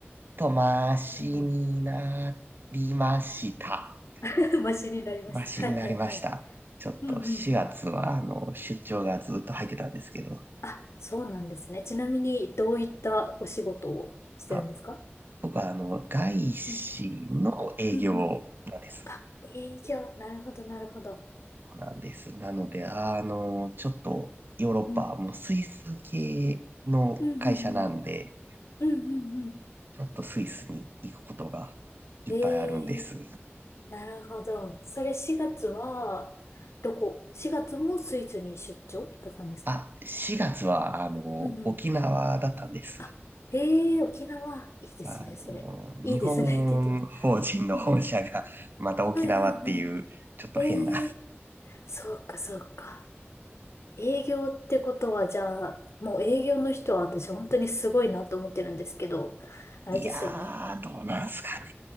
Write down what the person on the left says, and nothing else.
うん <laughs> マシになりました。
はいはいはい。
うんうんうん。あ、そうなんですね。ちなみに、どういったお仕事をしてるんですか
うんうんうん。
あ、営業。なるほどなるほど。
うん。
うんうんうん。うんうんうん。
ええ、なるほど。それ4月は、どこ ?4 月もスイスに出張だったんですか
うんうん。
あ、ええ、沖縄。いいですね、
それ。いいですねって言っても。
うんうん。
はいはいはい。
ええそうか、そうか。営業ってことは、じゃあ、もう営業の人は私本当にすごいなと思ってるんですけど、あれですよね。